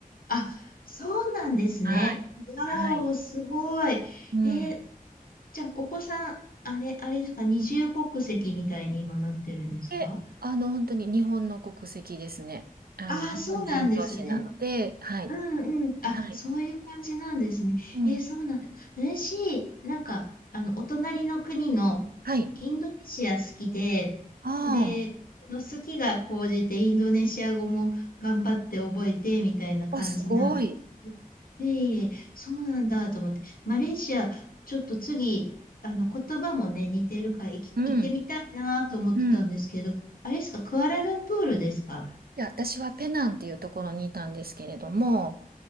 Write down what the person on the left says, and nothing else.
あ、そうなんですね。
わーお、
すごい。えー
じゃあ、お子さん、あれ、あれですか、二重国籍みたいに今なってるんですか
ああー、
そうなんですね。
うんうん。あ、
そういう感じなんですね。
えーそうなんだ。嬉しい。なんか、あの、お隣の国のインドネシア好きで、
で、その好きが高じてインドネシア語も頑張って覚えて、みたいな感じなんですけど。
いえいえ、そうなんだと思って。マレーシア、ちょっと次、あの、言葉もね、似てるから、行き、
行ってみたいなと思ってたんですけど、
あれですか、クアラルンプールですか